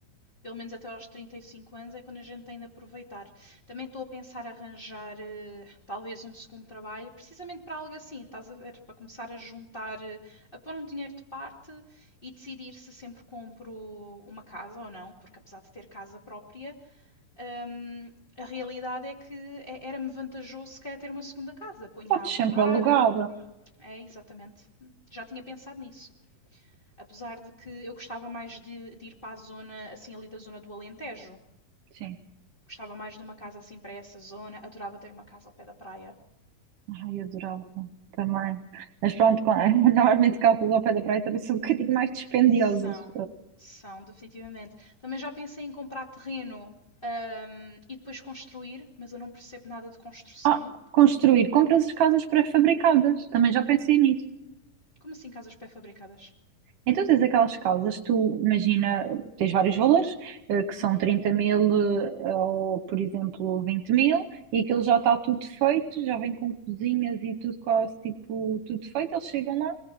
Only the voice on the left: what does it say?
Pelo menos até aos 35 anos é quando a gente tem de aproveitar. Também estou a pensar arranjar eh, talvez um segundo trabalho, precisamente para algo assim, estás a ver? Para começar a juntar, eh, a pôr um dinheiro de parte e decidir se sempre compro uma casa ou não, porque apesar de ter casa própria, hum, a realidade é que é- era-me vantajoso se calhar ter uma segunda casa. Ponha
a alugar,
eh, É, exatamente. Já tinha pensado nisso. Apesar de que eu gostava mais de, de ir para a zona, assim, ali da zona do Alentejo.
Gostava mais de uma casa assim para essa zona. Adorava ter uma casa ao pé da praia.
São, são, definitivamente. Também já pensei em comprar terreno hum, e depois construir, mas eu não percebo nada de construção.
Como assim casas pré-fabricadas?
Uhum.